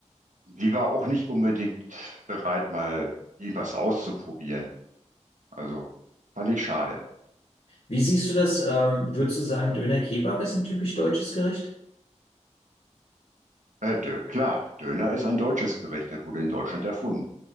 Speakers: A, on the right; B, on the left.
A: sie war auch nicht unbedingt bereit, mal irgendwas auszuprobieren. Also fand ich schade.
B: Wie siehst du das? Ähm, würdest du sagen, Döner Kebab ist ein typisch deutsches Gericht?
A: Äh, Dö klar, Döner ist ein deutsches Gericht, der wurde in Deutschland erfunden.